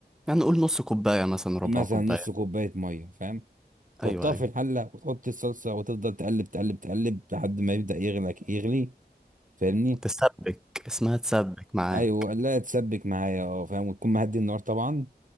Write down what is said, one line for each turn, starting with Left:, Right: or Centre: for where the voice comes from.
Centre: يعني قول نص كوباية مثلا ربع
Right: مثلا
Centre: كوباية
Right: نص كوبايه ميه فاهم تحطها
Centre: ايوه ايوه
Right: في الحلة وتحط الصلصة وتفضل تقلب تقلب تقلب لحد ما يبدأ يغلى يغلي فاهمني
Centre: تسبك اسمها تسبك معاك
Right: ايوه لا تسبك معايا اه فاهم وتكون مهدي النار طبعا